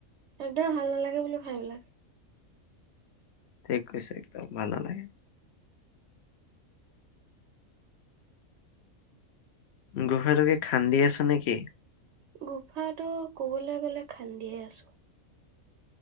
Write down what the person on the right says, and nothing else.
একদম ভাল নালাগে বুলি খাইবিলাক
গুফাটো কবলৈ গ'লে খান্দিয়ে আছোঁ।